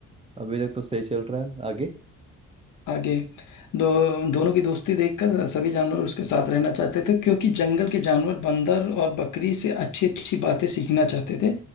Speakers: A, on the right; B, on the left.
A: अभी तक तो सही चल रहा है आगे
B: आगे दो दोनों की दोस्ती देखकर सभी जानवर उसके साथ रहना चाहते थे क्योंकि जंगल के जानवर बंदर और बकरी से अच्छी अच्छी बातें सीखना चाहते थे